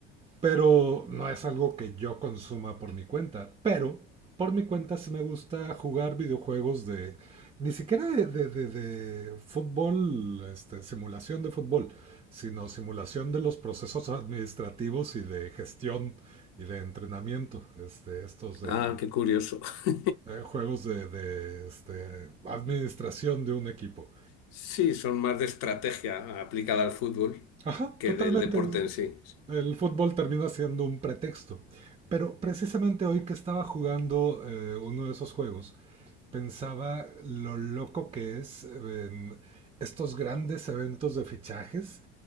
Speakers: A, on the right; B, on the left.
A: Pero no es algo que yo consuma por mi cuenta. Pero por mi cuenta sí me gusta jugar videojuegos de... Ni siquiera de, de- de- de fútbol, este, simulación de fútbol, sino simulación de los procesos administrativos y de gestión y de entrenamiento. Este, estos de
B: Ah, qué curioso. <laughs>
A: eh, juegos de, de, este, administración de un equipo.
B: Sí, son más de estrategia aplicada al fútbol
A: Ajá,
B: que
A: totalmente.
B: del deporte en sí.
A: El fútbol termina siendo un pretexto. Pero precisamente hoy que estaba jugando eh, uno de esos juegos, pensaba lo loco que es eh, en estos grandes eventos de fichajes,